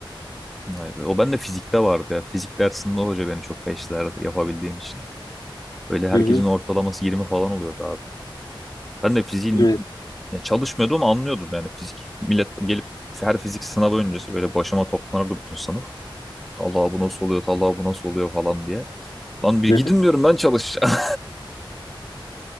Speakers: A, in the centre; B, on the left.
A: Ay be. O bende fizikte vardı ya. Fizik dersinde o hoca beni çok peşlerdi yapabildiğim için. Böyle
B: Hı
A: herkesin
B: hı.
A: ortalaması 20 falan oluyordu abi. Ben de fiziğin
B: Evet.
A: ya çalışmıyordum ama anlıyordum yani fizik. Millet gelip her fizik sınavı öncesi böyle başıma toplanırdı bütün sınıf. Talha bu nasıl oluyor, Talha bu nasıl oluyor falan diye. Lan bir
B: Hı
A: gidin
B: hı.
A: diyorum ben çalışacağım.